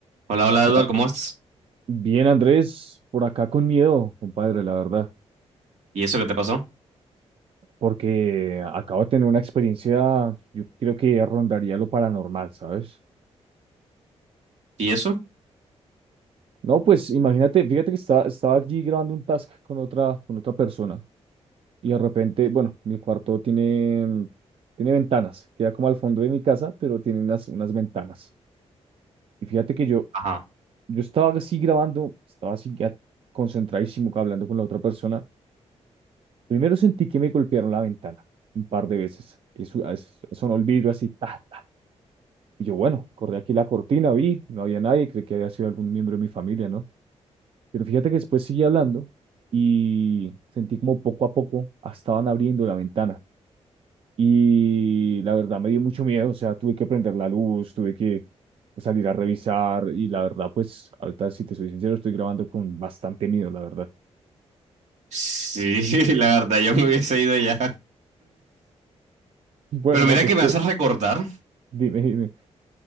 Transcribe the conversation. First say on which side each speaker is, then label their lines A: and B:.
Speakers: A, on the right; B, on the right.
A: Hola, hola
B: ¿Qué
A: Eduardo,
B: tal?
A: ¿cómo estás?
B: Bien, Andrés, por acá con miedo, compadre, la verdad,
A: ¿Y eso qué te pasó?
B: porque acabo de tener una experiencia, yo creo que rondaría lo paranormal, ¿sabes?
A: ¿Y eso?
B: No, pues imagínate, fíjate que estaba, estaba allí grabando un task con otra, con otra persona y de repente, bueno, mi cuarto tiene, mm, tiene ventanas, queda como al fondo de mi casa, pero tiene unas, unas ventanas. Y fíjate que yo,
A: Ajá.
B: yo estaba así grabando, estaba así ya concentradísimo hablando con la otra persona Primero sentí que me golpearon la ventana un par de veces. Eso, as- sonó el vidrio así, ta, ta. Y yo, bueno, corrí aquí la cortina, vi, no había nadie, creí que había sido algún miembro de mi familia, ¿no? Pero fíjate que después seguí hablando y sentí como poco a poco ah, estaban abriendo la ventana. Y la verdad me dio mucho miedo, o sea, tuve que prender la luz, tuve que salir a revisar y la verdad, pues, ahorita si te soy sincero, estoy grabando con bastante miedo, la verdad.
A: Sí, <laughs> la verdad, yo me hubiese ido ya.
B: Y bueno,
A: Pero
B: no,
A: mira
B: pues
A: que me
B: que,
A: haces recordar.
B: dime, dime.